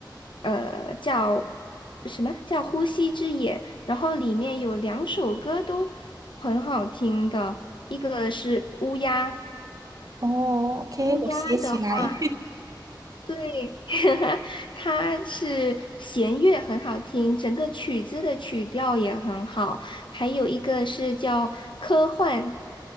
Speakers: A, on the left; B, on the right.
A: 呃，叫什么叫《呼吸之野》，然后里面有两首歌都很好听的，一个是乌鸦，
B: 哦，OK，
A: 乌鸦的话，
B: 我写起来。
A: 对，<laughs> 它是弦乐很好听，整个曲子的曲调也很好，还有一个是叫科幻。